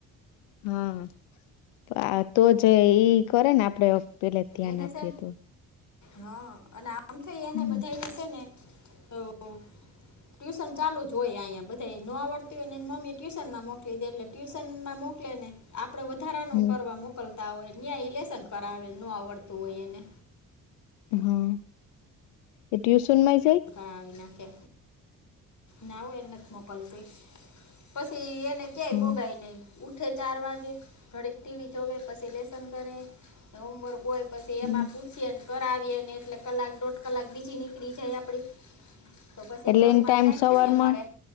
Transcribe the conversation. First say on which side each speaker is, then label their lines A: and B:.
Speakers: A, on the left; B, on the left.
A: હા તો જે ઈ કરે ને આપડે પેલે ધ્યાન
B: એને
A: આપીએ
B: છે
A: તો
B: હા અને આમ થઈ એને
A: હમ
B: બધાને છે ને <unintelligible> ટ્યુશન ચાલુ જ હોય અહીંયા બધા નો આવડત હોય એને મમ્મી ટ્યુશનમાં મોકલી દે એટલે ટ્યૂશનમાં મોકલે ને આપણે વધારાનું
A: હમ
B: કરવા મોકલતા હોય ન્યા ઇલેશન કરાવે ન આવડતું હોય એને
A: હા એ ટ્યુશન માં
B: આવી નાખે ના હો એને નથ મોકલતી પસી કે આપયો
A: હમ
B: ગાય ને ઉઠે ચાર વાગે થોડીક ટીવી જોવે પછી લેસન કરે હોમવર્ક હોય પછી
A: હમ
B: એમાં પૂછીએ ને કર આવીએ ને એટલે કલાક દોઢ કલાક બીજી નીકળી જાય આપડી તો પસી
A: એટલે
B: રમવાના
A: એન
B: ટાઈમ
A: સવારમાં
B: કયે મડે